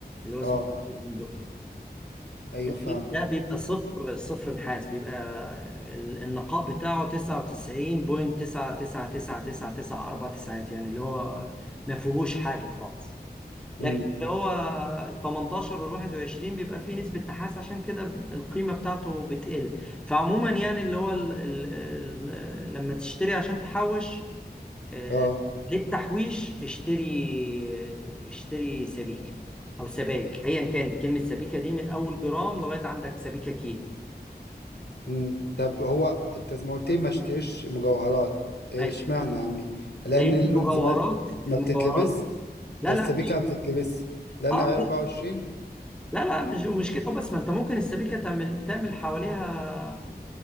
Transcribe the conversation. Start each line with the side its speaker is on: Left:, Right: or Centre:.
Centre: اللي هو اسمه
Left: اه
Centre: الذهب البندقي
Left: ايوه
Centre: ده
Left: فاهمك
Centre: بي- ده بيبقى صفر صفر نحاس بيبقى ال- النقاء بتاعه 99.99999 اربع تسعات يعني اللي هو ما فيهوش حاجه خالص
Left: مم.
Centre: لكن اللي هو ال 18 وال 21 بيبقى فيه نسبة نحاس عشان كده القيمة بتاعته بتقل فعموما يعني اللي هو ال ال ال لما تشتري عشان تحوش آه،
Left: اه
Centre: للتحويش اشتري اشتري سبيكة أو سبايك أيا كانت كلمة سبيكة دي من أول جرام لغاية عندك سبيكة كيلو
Left: مم. طب هو انت زي ما قلت لي ما اشتريش مجوهرات إيه
Centre: أيوة
Left: اشمعنى يا عمي لان
Centre: لأن
Left: الالزمات
Centre: المجوهرات
Left: ما
Centre: المجوهرات
Left: بتتلبس
Centre: لا
Left: السبيكة
Centre: لا مش
Left: ما بتتلبس لان
Centre: اه
Left: عيار 24
Centre: لا لا لا، مش مش كده بس ما انت ممكن السبيكه تعمل تعمل حواليها